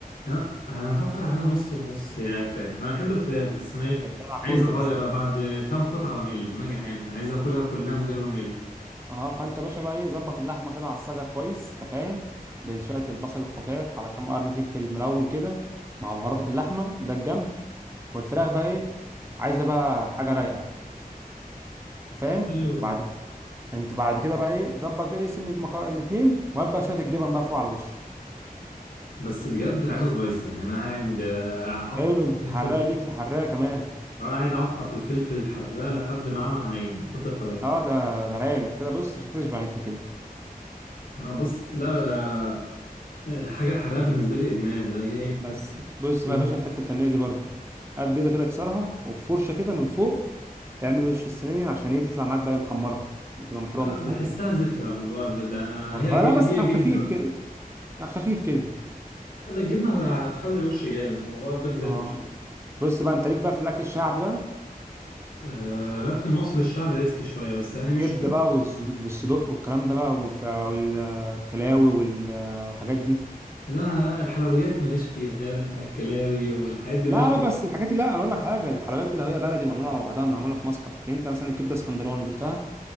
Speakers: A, on the left (about 70°); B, on the right (about 15°).
A: انا انا افكر اعملها نص ونص يا فراخ انا بحب الفراخ بس انا إيه،
B: الدلع كله
A: عايز اغير
B: بس
A: أنا بعد كام قطعه بمل وانا جعان فانا عايز اكلها كلها من غير ما امل
B: اه فانت باشا بقى ايه ظبط اللحمه كده على الصاجه كويس انت فاهم بشويه البصل الخفاف على كام قرن فلفل ملون كده مع بهاراتك اللحمه ده الجنب والفراخ بقى ايه عايزه بقى حاجه رايقه يعني انت فاهم
A: ايوه
B: بعد كده انت بعد كده بقى ايه ظبط ده اسم المكا... الاتنين وهات بقى شويه الجبن بقى فوق على الوش
A: بس بجد انا عايزها سبايسي يعني انا قاعد آه، اقطع
B: حلو انت في
A: في
B: الحراقه
A: الفلفل
B: ليك في الحراقه كمان
A: أنا قاعد اقطع في الفلفل الحراق لحد ما اعمى عينيا من كتر الحراق
B: اه ده ده رايق انت كده بص مش هتشبع انت كده
A: أنا بص لا بقى الحاجه الحراقه بالنسبه لي ادمان اللي هي إيه،
B: بس بص بقى
A: م-
B: يا باشا الحته الفنيه دي برضو هات بيضه كده اكسرها وبفرشه كده من فوق تعمل وش الصينيه عشان ايه تطلع معاك بقى ايه، محمره تبقى محروقه
A: آه،
B: من فوق
A: بحسها
B: كده
A: زفره موضوع البيض ده أنا-
B: والله
A: هي جي-
B: لا بس
A: هي
B: على
A: جبنه
B: خفيف
A: بقى
B: كده على خفيف كده
A: لا الجبنه هتخلي الوش جامد فموضوع البيض زفر
B: اه
A: شوية.
B: بص بقى انت ليك بقى في الاكل الشعبي بقى
A: آه، لكن مصر الشعب دايس فيه شوية بس يعني مش
B: كبده
A: كله
B: بقى والز- والصدق والكلام ده بقى والك... والكلاوي وال... والحاجات دي
A: لا الحلويات ماليش فيها اللي هي الح- الكلاوي والحاجات دي
B: لا
A: ماليش فيها
B: لا بس الحاجات دي لا انا اقول لك حاجه الحلويات دي لو هي بلدي معموله على بعضها معموله في مصمت لكن انت مثلا الكبده اسكندراني دوتها